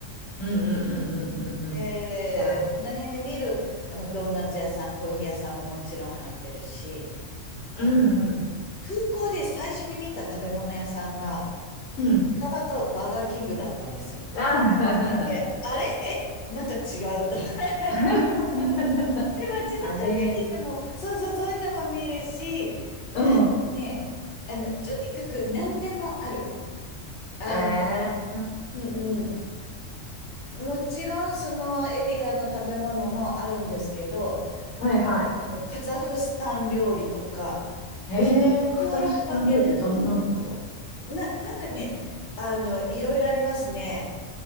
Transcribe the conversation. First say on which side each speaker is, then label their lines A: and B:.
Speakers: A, on the left; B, on the left.
A: うんうんうんうんうんうん。
B: えー、
A: じゃあ、
B: この辺で見る、あの、ドーナツ屋さん、コーヒー屋さんももちろん入ってるし、あの、
A: うんうん。
B: 空港で最初に見た食べ物屋さんが、
A: うん。
B: スタバとバーガーキングだったんですよ。
A: ああ、
B: で、あれえなんか違うと。<laughs>
A: <laughs>
B: で、街中歩いてても、
A: あれ、
B: そうそう、そういうのも見るし、な、
A: うん。
B: ね、あの、とにかく何でもある。あ、
A: ええ
B: うんうん。もちろん、そのエリアの食べ物もあるんですけど、
A: はいはい。
B: もうカザフスタン料理とか、
A: え
B: ひヨーロッパ系、
A: えカザフスタン料理ってどんなのだろ
B: うんな、なんかね、あの、いろいろありますね。